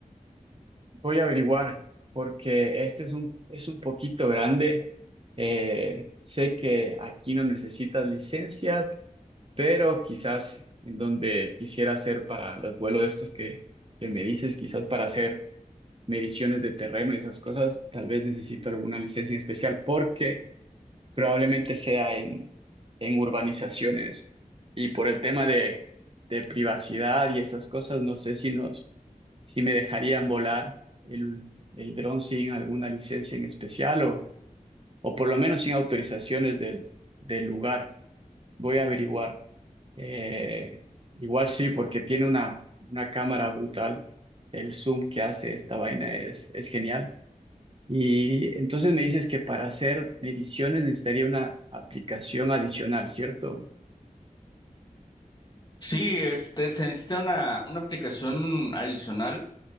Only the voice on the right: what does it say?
Voy a averiguar, porque este es un, es un poquito grande. Eh, sé que aquí no necesitas licencia, pero quizás en donde quisiera hacer para los vuelos de estos que, que me dices, quizás para hacer mediciones de terreno y esas cosas, tal vez necesito alguna licencia en especial porque probablemente sea en, en urbanizaciones y por el tema de, de privacidad y esas cosas, no sé si nos, si me dejarían volar el, el dron sin alguna licencia en especial o, o por lo menos sin autorizaciones del, del lugar. Voy a averiguar. Eh, igual sí, porque tiene una, una cámara brutal. El zoom que hace esta vaina es, es genial. Y entonces me dices que para hacer mediciones necesitaría una aplicación adicional, ¿cierto?